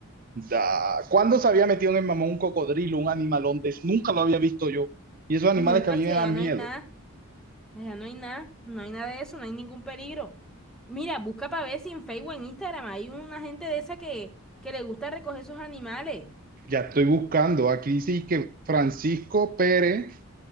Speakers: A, on the right (about 40°); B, in the centre.
A: Da. ¿Cuándo se había metido en el mamón un cocodrilo, un animalón de eso? Nunca lo había visto yo. Y esos animales
B: nunca
A: que a mí
B: si
A: me dan
B: allá no
A: miedo.
B: hay nada, allá no hay nada, no hay nada de eso, no hay ningún peligro. Mira, busca para ver si en Facebook o en Instagram hay una gente de esa que, que le gusta recoger esos animales.
A: Ya estoy buscando. Aquí dice que Francisco Pérez,